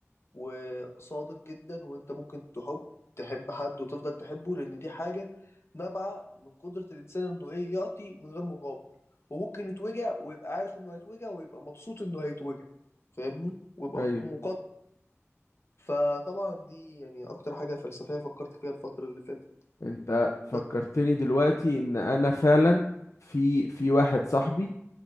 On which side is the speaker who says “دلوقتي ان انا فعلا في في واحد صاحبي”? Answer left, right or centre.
Left